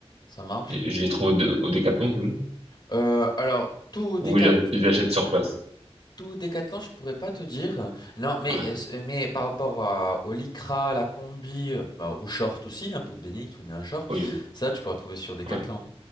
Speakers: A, on the left; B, on the right.
A: Ça marche.
B: Et je les trouve au, Dé- au Décathlon, c'est bon?
A: Euh, alors, tout décat,
B: Ou je je les achète sur place?
A: tout Décathlon, je pourrais pas te dire. Non, mais,
B: Ouais.
A: euh, mais par rapport à, au lycra, à la combi, euh, bah, au short aussi, hein, pour te baigner, il te faut bien un short.
B: Oui.
A: Ça, tu pourras trouver sur Décathlon.
B: Ouais.